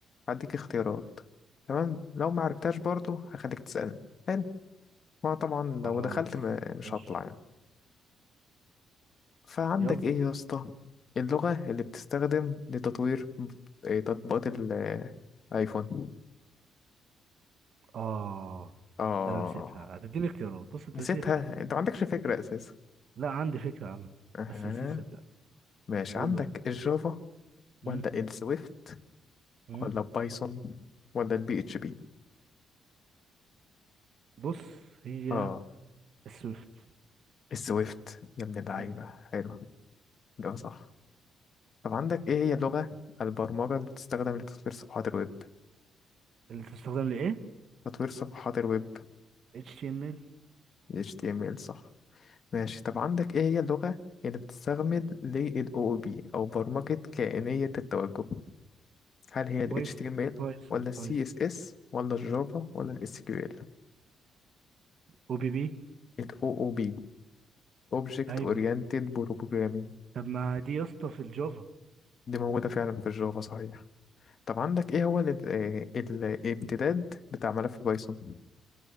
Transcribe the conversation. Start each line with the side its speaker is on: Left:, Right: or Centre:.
Left: هديك اختيارات تمام لو ما عرفتهاش برضه هخليك تسالني حلو ما طبعا
Right: خلاص
Left: لو دخلت م- مش
Right: خش
Left: هطلع يعني فعندك
Right: يلا
Left: ايه يا اسطى اللغة اللي بتستخدم لتطوير إيه، تطبيقات الايفون
Right: اه
Left: اه
Right: ده انا نسيتها هتديني اختيارات بص انت
Left: نسيتها
Right: هتديني اختيارات
Left: انت ما عندكش فكرة اساسا
Right: لا عندي فكره عنها
Left: اها
Right: بس نسيت صدق
Left: ماشي
Right: قول
Left: عندك
Right: بس
Left: الجافا ولا
Right: مم.
Left: السويفت
Right: مم.
Left: ولا البايثون ولا البي اتش بي
Right: بص هي
Left: اه
Right: السويفت
Left: السويفت يا ابن اللعيبة
Right: مم.
Left: حلو ده صح طب عندك ايه هي لغة البرمجة اللي بتستخدم لتطوير صفحات الويب
Right: اللي تستخدم لايه
Left: تطوير صفحات الويب
Right: HTML
Left: HTML صح ماشي طب عندك ايه هي اللغة اللي بتستخدم لل OOP او برمجة كائنية التوجه هل هي
Right: بايثون
Left: ال HTML
Right: بايثون
Left: ولا ال CSS
Right: بايثون
Left: ولا الجافا ولا ال SQL
Right: او بي بي
Left: ال OOP Object
Right: ايوه
Left: Oriented Programming
Right: طب ما دي يا اسطى في الجافا
Left: دي موجودة فعلا في الجافا صحيح طب عندك ايه هو ال- آه، ال- الامتداد بتاع ملف بايثون